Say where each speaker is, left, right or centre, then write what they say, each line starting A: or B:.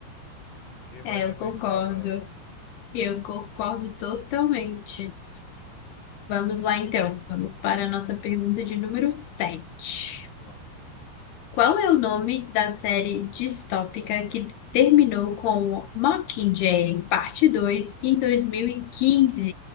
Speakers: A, on the left; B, on the left.
A: <laughs> Ninguém mais
B: É, eu
A: aguentava
B: concordo.
A: ela.
B: Eu concordo totalmente. Vamos lá, então. Vamos para a nossa pergunta de número 7.
A: Vamos lá.
B: Qual é o nome da série distópica que terminou com Mockingjay, parte 2, em 2015?